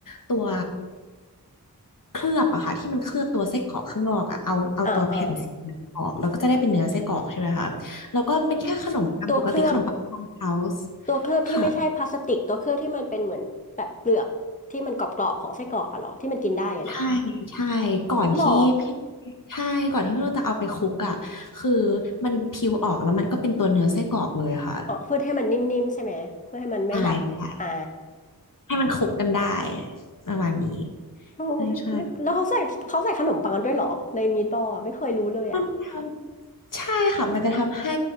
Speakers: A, on the left; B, on the left.
A: ตัวเคลือบอะค่ะที่มันเคลือบตัวไส้กรอกข้างนอกอะเอาเอาตัวแผ่นสีออกแล้วก็จะได้เป็นเนื้อไส้กรอกใช่ไหมคะแล้วก็เป็นแค่ขนมปังปกติขนมปังฟาร์มเฮาส์
B: อ่าอ่าตัวเคลือบ ตัวเคลือบที่ไม่ใช่พลาสติกตัวเคลือบที่มันเป็นเหมือนแบบเปลือกที่มันกรอบๆของไส้กรอกอะเหรอที่มันกินได้อะนะ
A: ค่ะ ใช่ใช่ก่อนที่พี่
B: หรอ
A: ใช่ก่อนที่พี่นุ่นจะเอาไปคลุกอ่ะคือมันพิวออกแล้วมันก็เป็นตัวเนื้อไส้กรอกเลยอะค่ะ
B: อ๋อเพื่อให้มันนิ่มๆใช่ไหมเพื่อให้มันไม่แบบอ่า
A: ใช่ใช่ให้มันคลุกกันได้ประมาณนี้
B: โอ้ไม่ไม่แล้วเขาใส่เขาใส่ขนมปังกันด้วยเหรอในมีดบอลอะไม่เคยรู้เลยอะ
A: ใช่ใช่มันทำใช่ค่ะมันจะทำให้